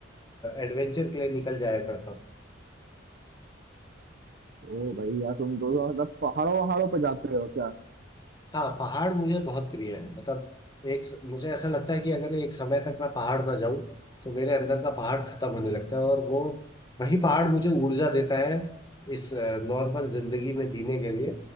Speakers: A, on the left (about 20°); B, on the right (about 50°).
A: एडवेंचर के लिए निकल जाया करता हूँ
B: ओ भाई यार तुम दो मतलब पहाड़ों वहाड़ों पे जाते हो क्या
A: हाँ पहाड़ मुझे बहुत प्रिय है मतलब एक स- मुझे ऐसा लगता है कि अगर एक समय तक मैं पहाड़ ना जाऊं तो मेरे अंदर का पहाड़ खत्म होने लगता है और वो वही पहाड़ मुझे ऊर्जा देता है इस नॉर्मल जिंदगी में जीने के लिए